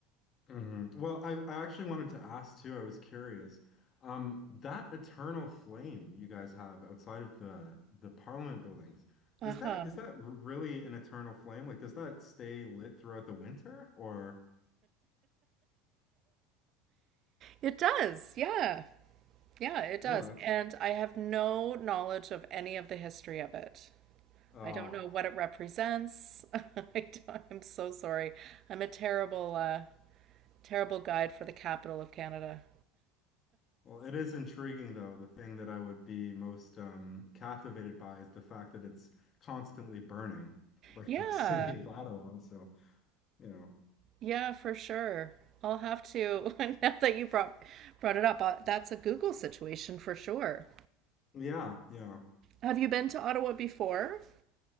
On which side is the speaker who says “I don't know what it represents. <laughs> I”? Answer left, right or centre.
Right